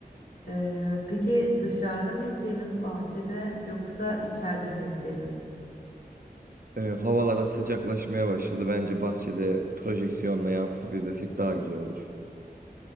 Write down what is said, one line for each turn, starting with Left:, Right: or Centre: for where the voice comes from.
Left: Ee, peki dışarıda mı izleyelim bahçede yoksa içeride mi izleyelim?
Right: Ee, havalara sıcaklaşmaya başladı. Bence bahçede projeksiyonla yansıtıp izlesek daha güzel olur.